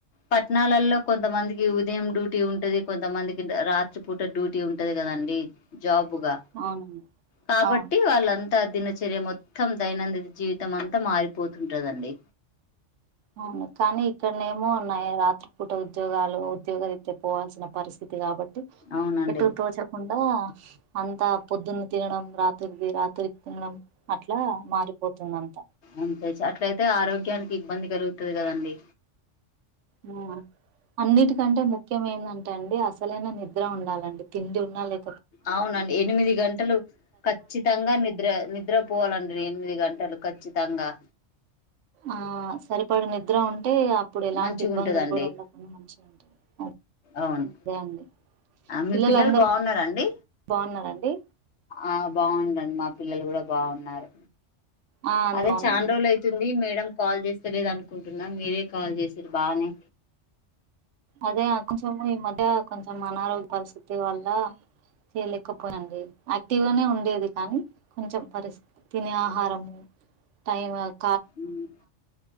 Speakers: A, on the left; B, on the right.
A: పట్టణాలలో కొంతమందికి ఉదయం డ్యూటీ ఉంటది కొంతమందికి రాత్రి పూట డ్యూటీ ఉంటది కదండి జాబ్ పుగా
B: అవునండి
A: కాబట్టి
B: అవును
A: వాళ్ళంతా త దినచర్య మొత్తం దైనందిత జీవితం అంత అంత మారిపోతుంటదండి
B: అవును కానీ ఇక్కడనే ఏమో ఉన్నాయా రాత్ర రాత్రి పూట ఉద్యోగాలు ఉద్యోగరీత్యా పోవల్సిన పరిస్థితి కాబట్టి
A: అవునండి
B: ఎటు తోచకుండా అంత పొద్దున్న తినడం రాత్రిది రాత్రికి తినడం అట్లా మారిపోతుంది అంత
A: అంతే అట్లయితే ఆరోగ్యానికి ఇబ్బంది కలుగుతది కదండి
B: హ్మ్మ్ అన్నిటికంటే ముఖ్యమెందంటే అండి అసలైన నిద్ర ఉండాలండి తిండి ఉన్నా లే
A: అవునండి ఎనిమిది గంటలు ఖచ్చితంగా నిద్ర నిద్ర పోవాలండి ఎనిమిది గంటలు ఖచ్చిత తంగా
B: ఆ సరిపడు నిద్ర ఉం టే అప్పుడు ఎలాంటి
A: మంచిగా
B: ఇబ్బందులు
A: ఉంటదండి
B: కూడా ఉండకుండా మంచిగా ఉంటాయి అ
A: అవును
B: అదే అండి
A: మీ
B: పిల్లలుందరు
A: పిల్లలు బాగున్నారండి
B: బాగున్నారండి. డి
A: ఆ బాగుండండి మా పిల్లలు కూడా బాగున్నారు
B: ఆ అందరు
A: అదే
B: బాగున్నారండి
A: చాండ్రోలు అయితుంది మేడం కాల్ చేస్తేలేదానికి అనుకుంటున్నా మీరే కాల్ చేసి బానే
B: అదే ఆ కొంచెము ఈ మధ్య కొంచెం అనారోగ్య పరిస్థితి వల్ల చేయలేకపోయ అండి యాక్టివ్ గానే ఉండేది కానీ కొంచెం పరిస్థితి తినే ఆహారము టైం అది
A: మ్మ్